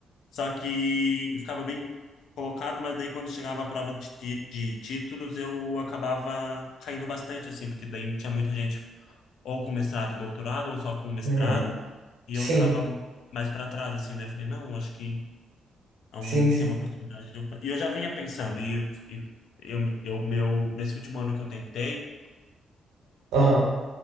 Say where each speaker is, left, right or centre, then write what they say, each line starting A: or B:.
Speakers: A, on the left; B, on the right.
A: Só que eu ficava bem colocado, mas daí quando chegava a prova de, ti- de títulos, eu acabava caindo bastante assim, porque daí tinha muita gente ou com mestrado e doutorado ou só com mestrado,
B: Uhum.
A: e
B: Sim.
A: eu ficava mais para trás assim, daí eu falei, não, acho que é um,
B: Sim, sim.
A: tem uma oportunidade de... eu- E eu já vinha pensando, e, e eu, eu, meu, nesse último ano que eu tentei,
B: Aham.